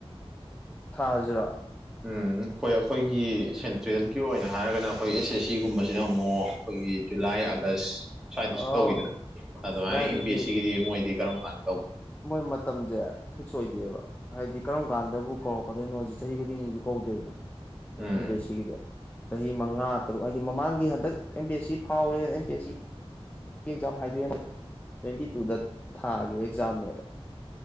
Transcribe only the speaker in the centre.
ꯎ ꯑꯩꯈꯣꯏ ꯑꯩꯈꯣꯏꯒꯤ ꯁꯦꯟꯇ꯭ꯔꯦꯜꯒꯤ ꯑꯣꯏꯅ ꯍꯥꯏꯔꯒꯅ ꯑꯩꯈꯣꯏ ꯑꯦꯁ ꯑꯦꯁ ꯁꯤꯒꯨꯝꯕꯁꯤꯅ ꯑꯃꯨꯛ ꯑꯩꯈꯣꯏꯒꯤ ꯖꯨꯂꯥꯏ ꯑꯥꯒꯁ ꯁ꯭ꯋꯥꯏꯗꯁꯨ
ꯇꯧꯋꯤꯗꯅ ꯑꯗꯨꯃꯥꯏꯅ
ꯑꯦꯝ ꯄꯤ ꯑꯦꯁ ꯁꯤꯒꯤꯗꯤ ꯃꯣꯏꯗꯤ ꯀꯔꯝ ꯀꯥꯟꯗ ꯇꯧꯒꯦ
ꯎꯝ